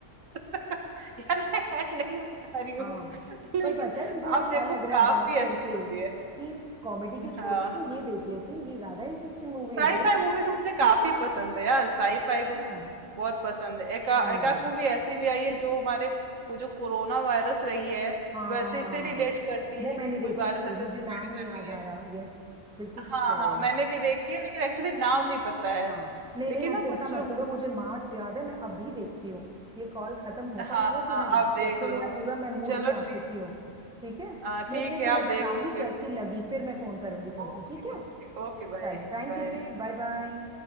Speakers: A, on the right; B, in the centre.
A: <laughs> यार मैं ऐड नहीं बता रही हूँ
B: हाँ
A: <laughs>
B: पर
A: लेकिन
B: पता है मुझे अब
A: आप
B: क्या
A: देखो
B: लग रहा है
A: काफी
B: बात करके
A: अच्छी मूवी
B: कि
A: है
B: कॉमेडी के छोड़
A: हाँ
B: के
A: हाँ
B: मैं ये देख लेती हूँ ये ज्यादा इंटरेस्टिंग मूवी
A: साई
B: है भाई
A: फाई मूवी तो मुझे काफी पसंद है यार साई
B: अच्छा
A: फाई बहुत पसंद है एका
B: नहीं नहीं
A: एकाक मूवी ऐसी भी आई है जो हमारे को जो कोरोना वायरस रही है
B: हाँ
A: वैसे से रिलेट करती
B: वो
A: है
B: मैंने
A: कि कोई
B: देखी
A: वायरस
B: थी
A: ऐसे
B: मुझे
A: स्प्रेड
B: नाम नहीं
A: कर
B: याद
A: रही है
B: आ रहा यस बिल्कुल ठीक
A: हाँ
B: कह
A: हाँ
B: रहे
A: मैंने
B: हो
A: भी देखी है लेकिन एक्चुअली नाम नहीं पता है
B: हाँ नहीं
A: लेकिन
B: नहीं आप
A: ना
B: चिंता
A: कुछ
B: मत
A: हम्म,
B: करो मुझे मार्स याद है मैं अब भी देखती हूँ ये कॉल खत्म होता
A: हाँ
B: नहीं है कि
A: हाँ
B: मैं देखती
A: आप देख
B: हूँ अब तो
A: लो
B: मेरा पूरा मैं मूड
A: चलो
B: बना
A: ठीक
B: चुकी हूँ ठीक है
A: हाँ
B: मैं
A: ठीक
B: फिर
A: है
B: तुम्हें
A: आप
B: बताऊंगी
A: देख लो किस
B: कैसी लगी फिर मैं फोन करूंगी तुमको
A: Okay
B: ठीक है
A: okay okay bye
B: चलो थैंक
A: Bye
B: यू जी बाय बाय